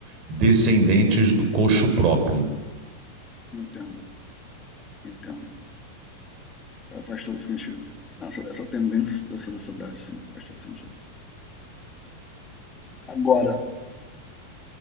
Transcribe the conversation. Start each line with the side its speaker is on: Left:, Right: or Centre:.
Right: descendentes do coxo próprio.
Left: entendo, entendo. Fa- Faz todo sentido. Essa, essa tendência dessa sociedade, sim, faz todo sentido. Agora,